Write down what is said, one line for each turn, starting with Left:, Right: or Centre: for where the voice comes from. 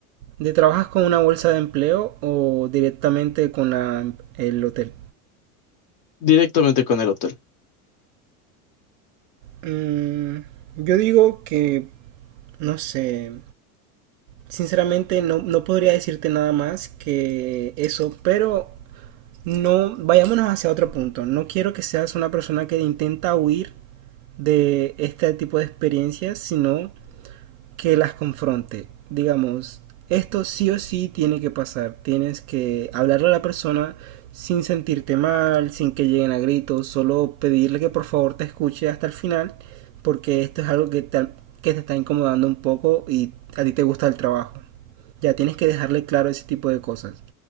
Right: ¿De trabajas con una bolsa de empleo o directamente con la- el hotel?
Left: directamente con el hotel.
Right: Mm, yo digo que, no sé, sinceramente no, no podría decirte nada más que eso, pero no, vayámonos hacia otro punto. No quiero que seas una persona que intenta huir de este tipo de experiencias, sino que las confronte. Digamos, esto sí o sí tiene que pasar. Tienes que hablarle a la persona sin sentirte mal, sin que lleguen a gritos, solo pedirle que por favor te escuche hasta el final, porque esto es algo que te, que te está incomodando un poco y a ti te gusta el trabajo. Ya tienes que dejarle claro ese tipo de cosas